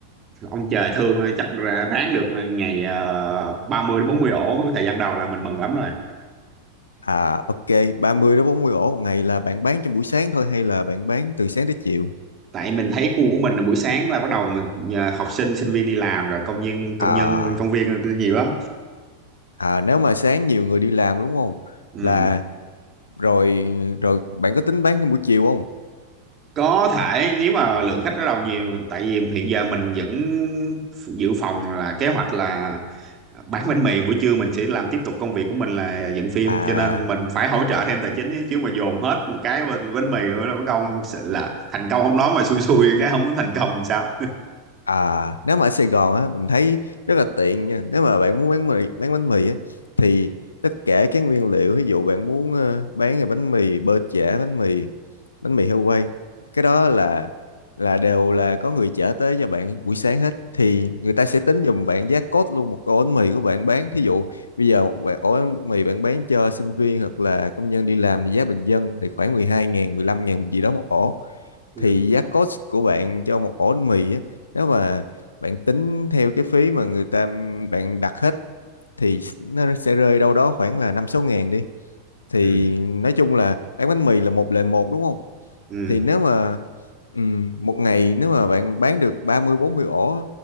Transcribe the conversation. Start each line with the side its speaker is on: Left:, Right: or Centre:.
Right: ông trời thương chắc ra- ráng được ngày ờ, 30 đến 40 ổ thời gian đầu là mình mừng lắm rồi
Left: À ok, 30 đến 40 ổ một ngày là bạn bán trong buổi sáng thôi hay là bạn bán từ sáng tới chiều?
Right: tại mình thấy khu của mình là buổi sáng là bắt đầu nhờ học sinh sinh viên đi làm rồi công nhân công
Left: À
Right: nhân công viên nhiều lắm
Left: à nếu mà sáng nhiều người đi làm đúng không?
Right: ừ.
Left: Là rồi rồi bạn có tính bán trong buổi chiều không?
Right: có thể nếu mà lượng khách bắt đầu nhiều tại vì hiện giờ mình vẫn dự phòng là kế hoạch là bán bánh mì buổi trưa mình sẽ làm tiếp tục công việc của mình là dựng phim
Left: À
Right: cho nên mình phải hỗ trợ thêm tài chính chứ chứ mà dồn hết một cái bên bánh mì rồi nó công sẽ là thành công không nói mà xui xui cái không thành công làm sao
Left: À, nếu mà ở Sài Gòn á, mình thấy rất là tiện nha. Nếu mà bạn muốn bán mì, bán bánh mì á, thì tất cả các nguyên liệu, ví dụ bạn muốn ờ, bán là bánh mì bơ chả, bánh mì, bánh mì heo quay, cái đó là là đều là có người chở tới cho bạn buổi sáng hết, thì người ta sẽ tính giùm bạn giá cốt luôn một ổ bánh mì của bạn bán. Thí dụ bây giờ một bạn- ổ bánh mì bạn bán cho sinh viên hoặc là công nhân đi làm thì giá bình dân thì khoảng 12 ngàn, 15 ngàn gì đó một ổ
Right: ừ
Left: thì giá cost của bạn cho một ổ bánh mì á, nếu mà bạn tính theo cái phí mà người ta bạn đặt hết thì nó sẽ rơi đâu đó khoảng là 5 6 ngàn đi. Thì
Right: ừ
Left: nói chung là bán bánh mì là một lời một đúng không?
Right: ừ
Left: Thì nếu mà ừm, một ngày nếu mà bạn bán được ba mươi bốn mươi ổ á,